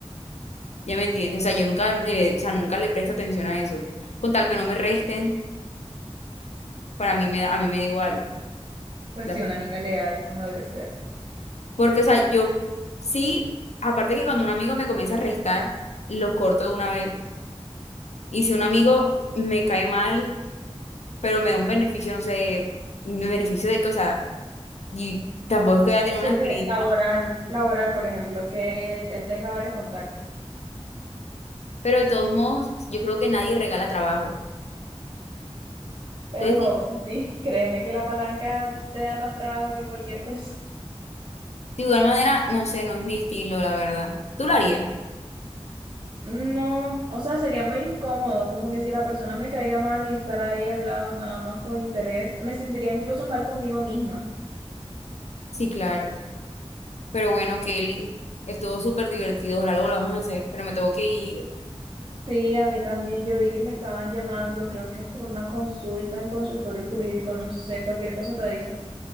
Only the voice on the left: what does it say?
Ya me entiendes, o sea, yo nunca, le- o sea, nunca le presto atención a eso. Con tal que no me resten, para mí me da, a mí me da igual,
la
verdad.
Porque, o sea, yo sí, aparte que cuando un amigo me comienza a restar, los corto de una vez. Y si un amigo me cae mal, pero me da un beneficio, no sé, un beneficio de que, o sea, y tampoco es que voy a tener
una experiencia.
Pero de todos modos, yo creo que nadie regala trabajo.
Entonces,
sí,
de igual manera, no sé, no es mi estilo, la verdad. ¿Tú lo harías?
Sí, claro. Pero bueno, Kelly, estuvo súper divertido, ojalá lo volvamos a hacer, pero me tengo que ir.